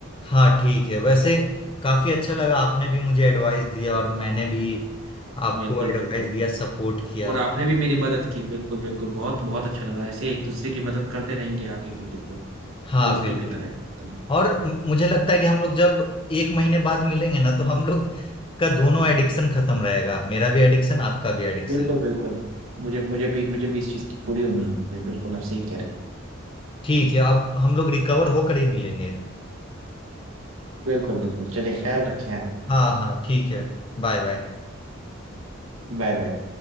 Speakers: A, on the left; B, on the right.
A: हाँ ठीक है वैसे काफी अच्छा लगा आपने भी मुझे एडवाइस दिया और मैंने भी आपको
B: बिल्कुल
A: एडवाइस
B: बिल्कुल
A: दिया सपोर्ट किया
B: और आपने भी मेरी मदद की बिल्कुल बिल्कुल बहुत बहुत अच्छा लगा ऐसे एक दूसरे की मदद करते रहेंगे आगे भी बिल्कुल
A: हाँ
B: दोस्तों
A: बिल्कुल
B: की तरह एकदम
A: और म- मुझे लगता है कि हम लोग जब एक महीने बाद मिलेंगे ना तो हम लोग का दोनों एडिक्शन खत्म रहेगा मेरा भी एडिक्शन आपका भी एडिक्शन
B: बिल्कुल बिल्कुल मुझे मुझे भी मुझे भी इस चीज की पूरी उम्मीद है बिल्कुल आप सही कह रहे हैं
A: ठीक है अब हम लोग रिकवर होकर ही मिलेंगे
B: बिल्कुल बिल्कुल चलिए ख्याल रखिए आप
A: हाँ हाँ ठीक है Bye bye
B: Bye bye